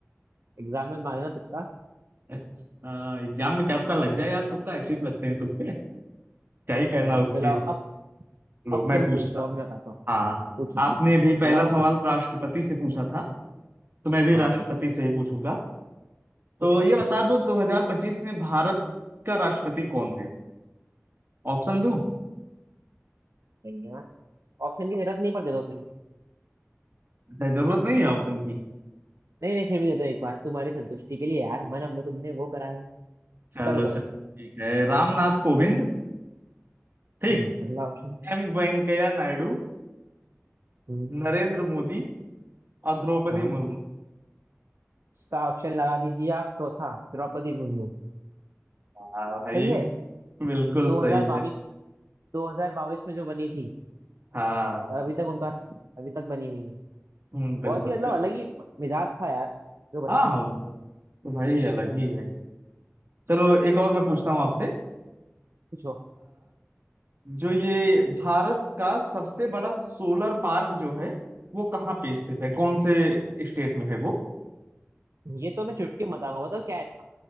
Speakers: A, on the right; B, on the right.
A: एग्जाम में मानना तुक्का
B: <laughs> एग्जाम में क्या पता लग जाए यार तुक्का ऐसे ही लगते हैं तुक्के क्या ही कहना
A: हम्म,
B: उसके
A: चलो अब अब
B: लो
A: अब
B: मैं
A: तुम
B: पूछता
A: पूछो अब मैं बताता हूँ
B: हाँ
A: पूछो पूछो
B: आपने भी पहला
A: लाओ अपनी
B: सवाल राष्ट्रपति से पूछा था तो मैं भी
A: हाँ
B: राष्ट्रपति
A: पूछो
B: से ही पूछूंगा तो
A: पूछो
B: ये बता दो 2025 में भारत का राष्ट्रपति कौन है ऑप्शन दूं
A: यार ऑप्शन की जरूरत नहीं पर दे दो फिर भी
B: अच्छा जरूरत नहीं है ऑप्शन की
A: नहीं नहीं फिर भी दे दो एक बार तुम्हारी संतुष्टि के लिए यार मन हमने तुमने वो करा है
B: चलो
A: करो करो
B: चलो ठीक है रामनाथ कोविंद ठीक
A: हम्म अगला ऑप्शन
B: एम वेंकैया नायडू
A: हम्म
B: नरेंद्र मोदी और द्रौपदी
A: हाँ
B: मुर्मू
A: इसका ऑप्शन लगा दीजिए आप चौथा द्रौपदी मुर्मू
B: हाँ भाई
A: सही है
B: बिल्कुल
A: 2022
B: सही है
A: 2022 में जो बनी थी
B: हाँ
A: और अभी तक उनका अभी तक बनी हुई है
B: हम्म बिल्कुल
A: बहुत ही मतलब
B: चलो
A: अलग ही मिजाज था यार जो बने
B: हाँ
A: थे तो
B: तो भाई अलग ही है चलो एक और मैं पूछता हूँ आपसे
A: पूछो
B: जो ये भारत का सबसे बड़ा सोलर पार्क जो है वो कहाँ पे स्थित
A: हम्म।
B: है कौन से स्टेट में है वो
A: ये तो मैं चुटकी में बताऊंगा बताओ क्या है इसका